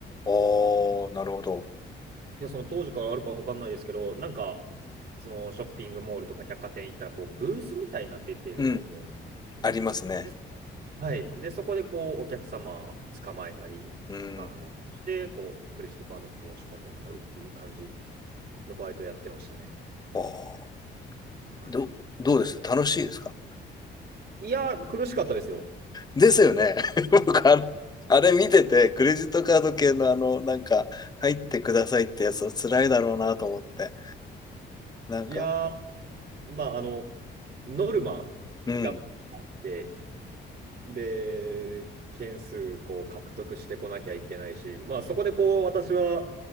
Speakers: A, on the left; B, on the right.
A: ああ、なるほど。
B: や、その当時からあるかわかんないですけど、なんか、そのショッピングモールとか百貨店行ったら、こう、ブースみたいなの出てると思うんですね。
A: うん、ありますね。
B: で、はい。で、そこでこう、お客様捕まえたり、
A: うん。
B: あの、して、こう、クレジットカードも申し込んでもらうっていう感じのバイトやってましたね。
A: ああ、
B: はい。
A: ど、どうでした楽しいですか
B: いやー、苦しかったですよ。
A: ですよね。<laughs> 僕あの、あれ見てて、クレジットカード系のあの、なんか、入ってくださいってやつは辛いだろうなと思って。なんか、
B: いやー、まあ、あの、ノルマがあって、
A: うん、
B: で、件数、こう、獲得してこなきゃいけないし、まあ、そこでこう、私は、